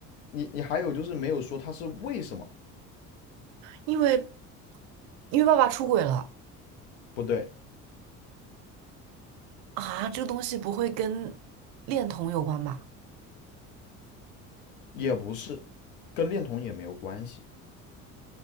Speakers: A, on the left; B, on the right.
A: 你你还有就是没有说它是为什么
B: 因为因为爸爸出轨了
A: 不对，
B: 啊，这个东西不会跟恋童有关吧？
A: 也不是，跟恋童也没有关系。